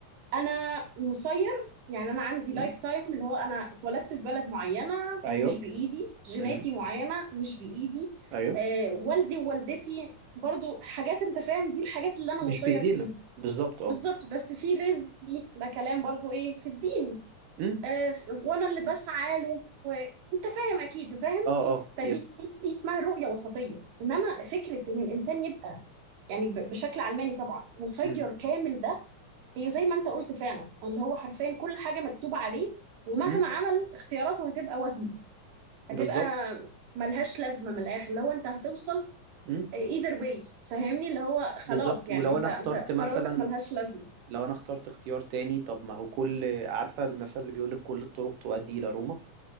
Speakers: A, on the right; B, on the right.
A: انا مسير يعني انا عندي لايف
B: أمم.
A: تايم اللي هو انا اتولدت في بلد معينه
B: ايوه
A: مش بايدي جيناتي
B: امم
A: معينه مش بايدي
B: ايوه
A: آه والدي ووالدتي برضو حاجات انت فاهم دي الحاجات اللي انا
B: مش
A: مسير
B: بايدينا
A: فيها
B: بالظبط اه
A: بالظبط بس في رزقي ده كلام برضو ايه في الدين
B: امم
A: آه ف- وانا اللي بسعى له وانت فاهم اكيد فاهم
B: اه اه
A: فدي
B: يس
A: دي اسمها رؤيه وسطيه انما فكره ان الانسان يبقى يعني ب- بشكل علماني طبعا مسير
B: امم
A: كامل ده هي زي ما انت قلت فعلا اللي هو حرفيا كل حاجة مكتوبة عليه ومهما
B: امم
A: عمل اختياراته هتبقى وهم هتبقى
B: بالظبط
A: ملهاش لازمة من الآخر اللي هو انت هتوصل
B: امم
A: either way فاهمني اللي هو خلاص
B: بالظبط
A: يعني
B: ولو
A: انت
B: انا
A: انت
B: اخترت مثلا
A: قراراتك ملهاش لازمة
B: لو انا اخترت اختيار تاني طب ما هو كل عارفه المثل اللي بيقول لك كل الطرق تؤدي الى روما